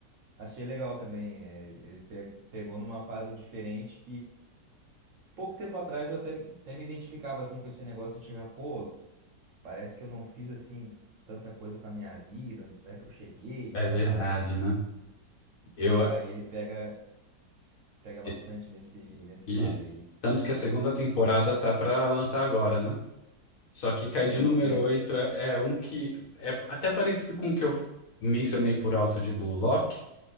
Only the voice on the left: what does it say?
É
verdade,
né? Eu,
e,
e-
tanto que a segunda temporada tá pra lançar agora, né? Só que Kaiju
número
oito é, é um que é até parecido com o que eu mencionei por alto de Blue Lock,